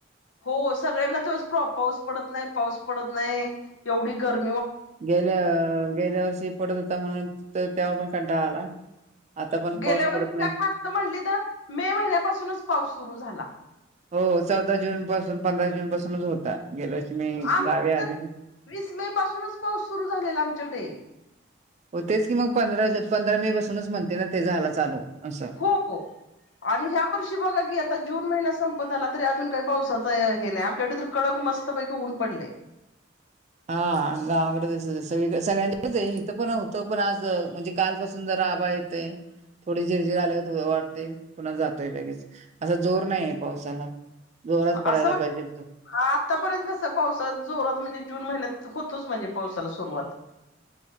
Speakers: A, on the left (about 80°); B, on the right (about 35°).
A: हो सगळ्यांना तच पाऊस पडत नाही पाऊस पडत नाही एवढी गर्मी
B: गेल्या गेल्या वर्षी पडत होता म्हणून तेव्हा पण कंटाळ आला आता पण
A: गेल्या
B: पाऊस पडत
A: वर्षी
B: नाही
A: कायत म्हटली तर मे महिन्यापासूनच पाऊस सुरू झाला
B: हो चौदा जून पासून पंधरा जून पासूनच होता गेल्या वर्षी मी
A: आम
B: गावी आले
A: वीस मे पासूनच पाऊस सुरू झालेला आमच्याकडे
B: हो तेच की मग पंधरा पंधरा मे पासूनच म्हणते ना ते झायला चालू असं
A: हो आणि ह्या वर्षी बघा की आता जून महिन्या संपत आला तरी अजून काही पावसाचा हे नाही आमच्याकडे तर कडक मस्त पैकी ऊन पडले
B: हा गावाकडेस सगळ्यां इथं पण होतं पण आज म्हणजे कालपासून जर आभाळ येतंय थोडी झिरझिर आल्या थो वाटते पुन्हा जातोय लगेच असा जोर नाहीय पावसाला जोरात पडायला
A: असं
B: पाहिजे तो
A: आतापर्यंत कस पावस जोरात म्हणजे जून महिन्यात होतोच म्हणजे पावसाला सुरुवात